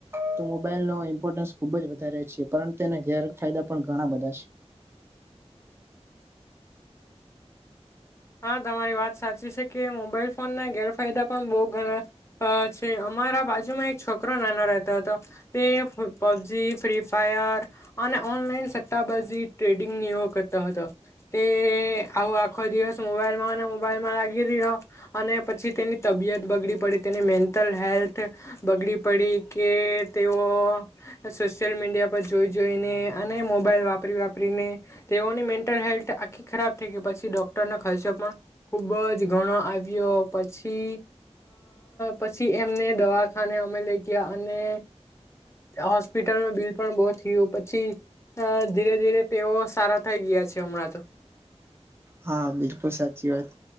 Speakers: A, on the right (about 20°); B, on the left (about 25°).
A: છે મોબલ ન ઇમ્પોર્ટસ ખુબ જ વધારે છે પરંતુ તેના ગેર ફાયદા પણ ઘણા બધા છે
B: હા તમારી વાત સાચી છે કે મોબાઈલ ફોન ના ગેરફાયદા પણ બહુ ઘણા છે અમારા બાજુમાં એક છોકરો નાનો રહેતો હતો તે પબજી ફ્રી ફાયર અને ઓનલાઈન સટ્ટાબાજી ટ્રેડિંગ કરતા હતા તે આવો આખો દિવસ મોબાઈલમાં અને મોબાઈલમાં લાગી રહ્યો અને પછી તેની તબિયત બગડી પડી તેની મેન્ટલ હેલ્થ બગડી પડી કે તેઓ સોશિયલ મીડિયા પર જોઈ જોઈને અને મોબાઈલ વાપરી વાપરીને તેઓની મેન્ટલ હેલ્થ આખી ખરાબ થઈ ગઈ પછી ડૉક ડૉક્ટર નો ખર્ચો પણ ખુબ જ ઘણો આવ્યો પછી પછી એમને દવાખાને અમે લઈ ગયા અને હોસ્પિટલ ન બિલ પણ બહુ થયું પછી ધીરે ધીરે તેઓ સારા થઈ ગયા છે હમણાં તો
A: હા બિલકુલ સાચી વાત